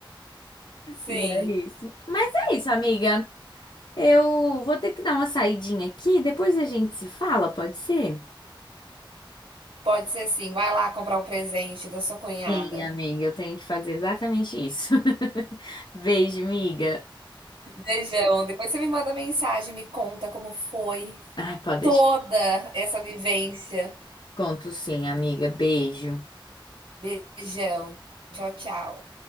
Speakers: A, on the right; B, on the left.
A: Sim,
B: E é isso. Mas é isso, amiga. Eu vou ter que dar uma saidinha aqui, depois a gente se fala, pode ser?
A: pode ser sim. Vai lá comprar o presente da sua cunhada.
B: Sim, amiga, eu tenho que fazer exatamente isso. <laughs> Beijo, amiga.
A: Beijão. Depois você me manda mensagem, me conta como foi
B: Ai, pode
A: toda
B: deixar.
A: essa vivência.
B: Conto sim, amiga. Beijo.
A: Beijão. Tchau, tchau.